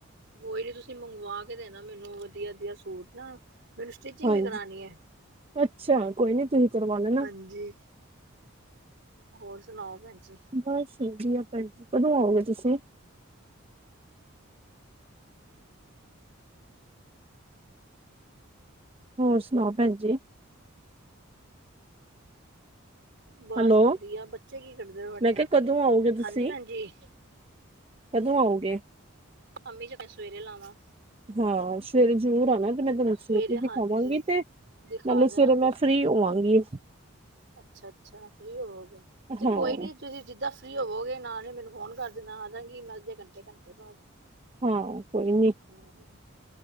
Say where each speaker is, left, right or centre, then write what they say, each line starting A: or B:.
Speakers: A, on the right (about 55°); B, on the right (about 25°).
A: ਕੋਈ ਨੀ ਤੁਸੀਂ ਮੰਗਵਾ ਕੇ ਦੇਣਾ ਮੈਨੂੰ ਵਧੀਆ-ਵਧੀਆ ਸੂਟ ਨਾ। ਮੈਂਨੂੰ ਸਟਿਚਿੰਗ
B: ਹਾਂਜੀ
A: ਵੀ ਕਰਾਣੀ ਐ,
B: ਅੱਛਾ ਕੋਈ ਨੀ ਤੁਸੀਂ ਕਰਵਾ ਲੈਣਾ
A: ਹਾਂਜੀ। ਹੋਰ ਸੁਣਾਓ ਭੈਣ ਜੀ।
B: ਬਸ ਵਧੀਆ ਭੈਣ ਜੀ ਕਦੋਂ ਆਓਗੇ ਤੁਸੀਂ? ਹੋਰ ਸੁਣਾਓ ਭੈਣ ਜੀ।
A: ਬਸ
B: ਹੈਲੋ
A: ਵਧੀਆ ਬੱਚੇ ਕੀ ਕਰਦੇ ਤੁਹਾਡੇ?
B: ਮੈਂ ਕਿਹਾ ਕਦੋਂ ਆਓਗੇ
A: ਹਾਂਜੀ
B: ਤੁਸੀਂ
A: ਭੈਣ ਜੀ।
B: ਕਦੋਂ ਆਉਗੇ?
A: ਅਮੇਜਾ ਕੈ ਸਵੇਰੇ ਲਾਵਾਂ।
B: ਹਾਂ ਸਵੇਰੇ ਜ਼ਰੂਰ ਆਉਣਾ 'ਤੇ ਮੈਂ ਤੁਹਾਨੂੰ
A: ਸਵੇਰੇ
B: ਸੂਟ ਵੀ
A: ਹਾਂਜੀ
B: ਦਿਖਾਵਾਂਗੀ 'ਤੇ
A: ਦਿਖਾ
B: ਨਾਲੇ
A: ਦੇਣਾ
B: ਸਵੇਰੇ ਮੈਂ ਫਰੀ ਹੋਵਾਂਗੀ।
A: ਅੱਛਾ-ਅੱਛਾ ਫਰੀ ਹੋਵੋਗੇ 'ਤੇ
B: ਹਾਂ
A: ਕੋਈ ਨੀ ਤੁਸੀਂ ਜਿੱਦਾਂ ਫਰੀ ਹੋਵੋਗੇ ਨਾਲੇ ਮੈਨੂੰ ਫੋਨ ਕਰ ਦੇਣਾ ਆ ਜਾਂਗੀ ਮੈਂ ਅੱਧੇ ਘੰਟੇ, ਘੰਟੇ ਬਾਅਦ।
B: ਹਾਂ ਕੋਈ ਨੀ।
A: ਹੂੰ,